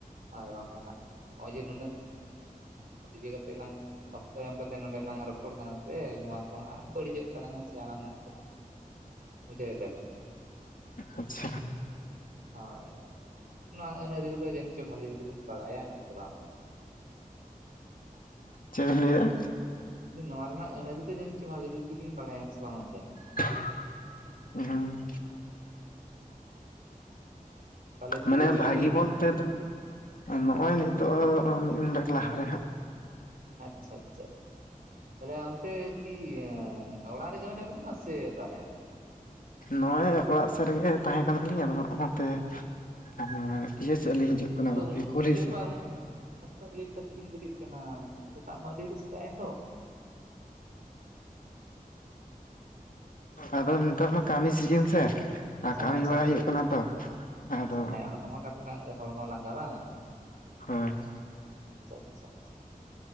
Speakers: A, on the right (about 70°); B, on the left (about 65°).
A: ᱟᱨᱠᱷᱟᱱ ᱦᱟᱹᱜ ᱱᱚᱜᱼᱚᱭ ᱡᱮ ᱱᱩᱱᱟᱹᱜ ᱤᱭᱟᱹ ᱠᱟᱛᱮᱜ ᱞᱟᱝ ᱚᱠᱛᱚ ᱮᱢ ᱠᱟᱛᱮ ᱱᱚᱰᱮ ᱞᱟᱝ ᱨᱚᱯᱚᱲ ᱠᱟᱱᱟ ᱥᱮ ᱱᱚᱣᱟ ᱠᱚ ᱦᱟᱸᱜ ᱵᱟᱹᱲᱤᱡᱚᱜ ᱛᱟᱞᱟᱝᱟ ᱥᱮ ᱟᱞᱟᱝᱟ ᱵᱩᱡᱷᱟᱹᱣ ᱫᱟᱵᱤᱱ᱾ᱟᱪᱪᱷᱟ
B: ᱟᱪᱪᱷᱟ
A: ᱦᱳᱭ, ᱱᱚᱣᱟ ᱟᱹᱱ ᱟᱹᱨᱤ ᱠᱚᱫᱚ ᱡᱟᱹᱱᱤᱡ ᱪᱚ ᱵᱷᱟᱹᱜᱤ ᱡᱩᱫ ᱵᱤᱱ ᱵᱟᱲᱟᱭᱟ ᱦᱮᱸ ᱥᱮ ᱵᱟᱝ
B: ᱪᱮᱫ ᱵᱤᱱ ᱞᱟᱹᱭᱼᱮᱟ
A: ᱱᱚᱣᱟ ᱨᱮᱱᱟᱜ ᱟᱹᱱ ᱟᱹᱨᱤ ᱫᱚ ᱡᱟᱹᱱᱤᱡ ᱪᱚ ᱵᱷᱟᱜᱹᱤ ᱡᱩᱛ ᱜᱮᱵᱤᱱ ᱵᱟᱲᱟᱭᱟ ᱦᱮᱸ ᱥᱮ ᱵᱟᱝ ᱜᱚᱝᱠᱮ?
B: <unintelligible>
A: ᱛᱟᱦᱚᱞᱮ ᱛᱤᱨᱮ
B: ᱢᱟᱱᱮ
A: ᱵᱮᱨᱮᱫ
B: ᱵᱷᱟᱹᱜᱤ
A: ᱦᱩᱭᱱᱟ?
B: ᱵᱚᱞᱛᱮ ᱱᱚᱜᱼᱚᱭ ᱱᱤᱛᱚᱜ ᱢᱤᱫ ᱰᱚᱸᱰᱮᱠ ᱞᱟᱦᱟᱨᱮ ᱦᱟᱸᱜ
A: ᱟᱪᱪᱷᱟ ᱟᱪᱪᱷᱟ ᱟᱪᱪᱷᱟ ᱛᱟᱦᱚᱞᱮ ᱚᱱᱛᱮ ᱠᱤ ᱚᱲᱟᱜ ᱨᱮᱜᱮ ᱢᱮᱱᱟᱜ ᱵᱮᱱᱟ ᱥᱮ ᱚᱠᱟᱨᱮ
B: ᱱᱚᱜᱼᱚᱭ ᱚᱲᱟᱜ ᱥᱮᱫ ᱨᱮᱜᱮ ᱛᱟᱦᱮᱸ ᱠᱟᱱᱟᱞᱤᱧ ᱟᱫᱚ ᱱᱚᱜᱼᱚᱭ ᱱᱚᱛᱮ ᱵᱟᱠᱷᱟᱱ ᱚᱱᱟ ᱤᱭᱟᱹ ᱥᱮᱫ ᱞᱤᱧ ᱦᱤᱡᱩᱜ ᱠᱟᱱᱟ
A: ᱟᱫᱚ
B: ᱟᱨᱠᱤ ᱠᱩᱞᱦᱤ
A: ᱪᱮᱫ ᱵᱮᱯᱟᱨ
B: ᱥᱮᱫ
A: ᱩᱱᱟᱹᱜ ᱞᱮᱴ ᱠᱟᱛᱮᱱ ᱠᱤᱱ ᱵᱤᱨᱤᱫ ᱠᱟᱱᱟ ᱥᱮᱛᱟᱜ ᱢᱟ ᱟᱹᱰᱤ ᱨᱮ ᱥᱮᱛᱟᱜ ᱮᱱ ᱫᱚ
B: ᱟᱫᱚ ᱱᱮᱛᱟᱨ ᱢᱟ ᱠᱟᱢᱤ ᱥᱤᱡᱤᱱ ᱥᱮ ᱟ
A: ᱟᱪᱪᱷᱟ
B: ᱠᱟᱹᱢᱤ ᱵᱟᱲᱟ
A: ᱟᱪᱪᱷᱟ
B: ᱦᱩᱭᱩᱜ ᱠᱟᱱᱟ ᱛᱚ ᱟᱫᱚᱼᱼ
A: ᱟᱪᱪᱷᱟ ᱦᱮᱸ ᱚᱱᱟ ᱢᱟ ᱠᱟᱛᱷᱟ ᱠᱟᱱ ᱜᱮ ᱦᱚᱲᱢᱚ ᱞᱟᱸᱜᱟ ᱵᱟᱝ
B: ᱦᱚᱸ
A: ᱟᱪᱪᱷᱟ ᱟᱪᱪᱷᱟ ᱟᱪᱪᱷᱟ